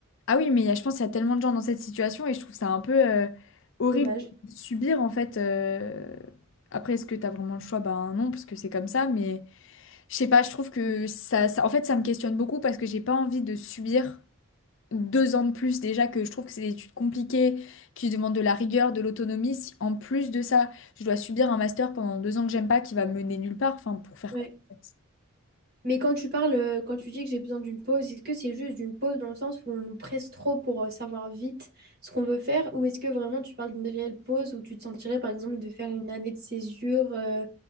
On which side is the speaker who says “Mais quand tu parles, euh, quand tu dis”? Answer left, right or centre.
Right